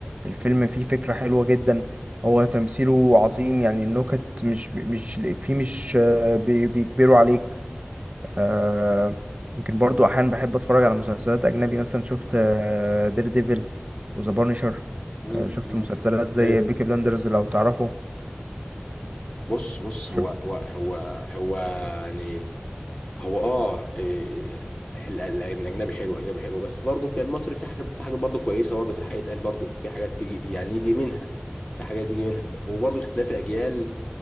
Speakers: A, on the right; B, on the left.
A: الفيلم فيه فكره حلوه جدا هو تمثيله عظيم يعني النكت مش مش فيه مش آه، بي- بيجبروا عليك آه، يمكن برضو احيانا بحب اتفرج على مسلسلات اجنبي مثلا شفت دير ديفل وذا بانشر
B: مم.
A: شفت
B: مم.
A: مسلسلات زي
B: ايوه
A: بيكي بلاندرز لو تعرفه
B: بص بص
A: شوف
B: هو هو هو هو يعني هو اه إيه، ال- ال- الاجنبي حلو الاجنبي حلو بس برضه كان المصري في حاجات في حاجات برضه كويسه برضه الحقيقه يتقال برضه في حاجات تيجي يعني يجي منها في حاجات يجي منها وبرضه اختلاف الاجيال